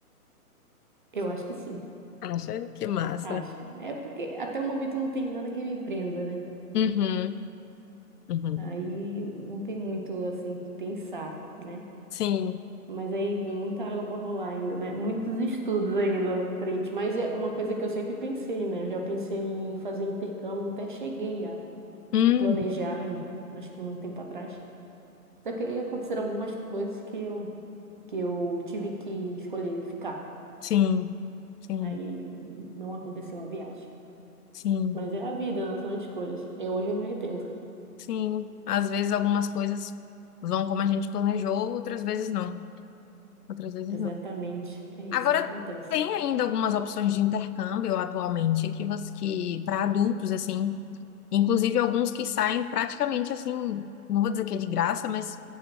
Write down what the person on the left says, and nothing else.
Acha que massa.
Uhum, uhum.
Sim.
Hum,
sim, sim,
sim,
sim. Às vezes algumas coisas vão como a gente planejou, outras vezes não. Outras vezes
não.
Agora,
tem ainda algumas opções de intercâmbio atualmente que, você- que para adultos, assim, Inclusive alguns que saem praticamente assim, não vou dizer que é de graça, mas